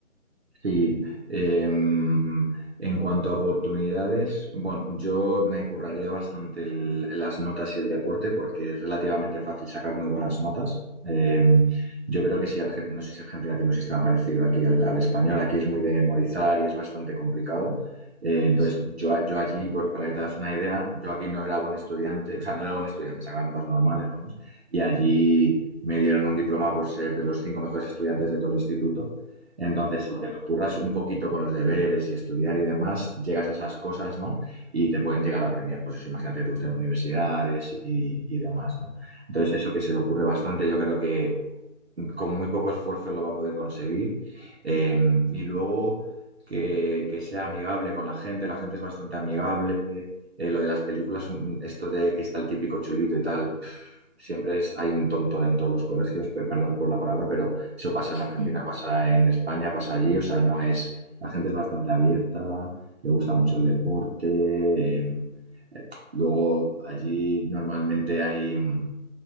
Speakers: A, on the right; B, on the right.
A: Sí, em, en cuanto a oportunidades, bueno, yo me curraría bastante el- las notas y el deporte porque es relativamente fácil sacar muy buenas notas. Em, yo creo que si, Arge- no sé si Argentina tiene un sistema parecido aquí al, al español, aquí es muy de memorizar y es bastante complicado. Eh, entonces,
B: Sí,
A: yo, a- yo allí, por- para que te hagas una idea, yo aquí no era buen estudiante, o sea, no era buen estudiante, sacaba notas normales, vamos, y allí me dieron un diploma por ser de los cinco mejores estudiantes de todo el instituto. Entonces,
B: wow.
A: si te lo curras un poquito con los deberes y estudiar y demás, llegas a esas cosas, ¿no? Y te pueden llegar a premiar. Pues eso, imagínate que te gustan universidades y, y demás, ¿no? Entonces, eso que se le ocurre bastante, yo creo que con muy poco esfuerzo lo va a poder conseguir. Eh, y luego que, que sea amigable con la gente, la gente es bastante amigable. Eh, lo de las películas, un- esto de que está el típico chulito y tal, pf, siempre es, hay un tonto en todos los colegios, pe- perdón por la palabra, pero eso pasa en
B: <laughs>
A: Argentina, pasa en España, pasa allí, o sea, no es, la gente es bastante abierta, le gusta mucho el deporte, eh, luego allí normalmente hay... mm,